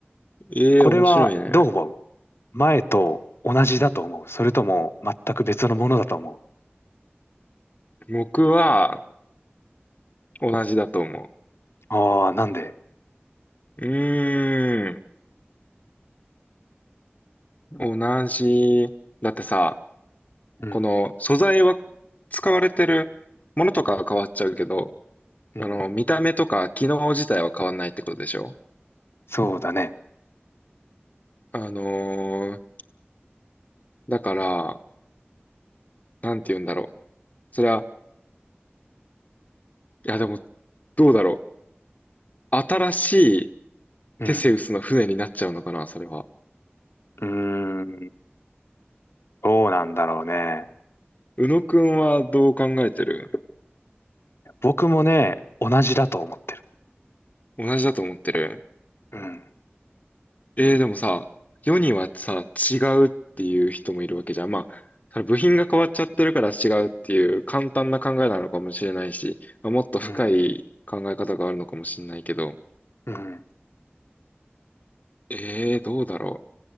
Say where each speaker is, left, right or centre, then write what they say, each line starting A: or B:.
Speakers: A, on the left (about 40°); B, on the left (about 75°).
A: ええー、
B: これはどう思う
A: 面白いね。
B: 前と同じだと思うそれとも全く別のものだと思
A: 僕は同じだと思
B: うああー、なんで
A: う。うーん、同じ。だってさ、
B: うん、
A: この素材は使われてるものとかは変わっちゃうけど、
B: うん、
A: あの、見た目とか機能自体は変わんないってことでしょ
B: そうだね。
A: あのーだから、なんて言うんだろう。それは、いやでも、どうだろう。新しい
B: うん、
A: テセウスの船になっちゃうのかな、それは。
B: うーん、どうなんだろうね。
A: 宇野くんはどう考えてる
B: 僕もね、同じだと思ってる。
A: 同じだと思ってる。
B: うん、
A: えー、でもさ、世にはさ、違うっていう人もいるわけじゃん。まあ、それ部品が変わっちゃってるから違うっていう簡単な考えなのかもしれないし、まあもっと深い考え方があるのかもしれないけど、
B: うん、うん。
A: えー、どうだろ